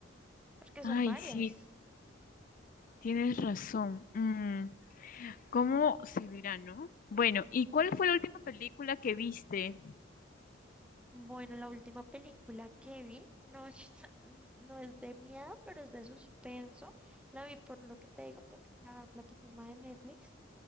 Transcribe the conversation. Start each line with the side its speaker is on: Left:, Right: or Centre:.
Centre: porque
Left: Ay,
Centre: son varias.
Left: sí. Tienes razón. Mm, ¿cómo se verá, no? Bueno, ¿y cuál fue la última película que viste?
Centre: Bueno, la última película que vi no es, <laughs> n- no es de miedo, pero es de suspenso. La vi por lo que te digo, por la plataforma de Netflix.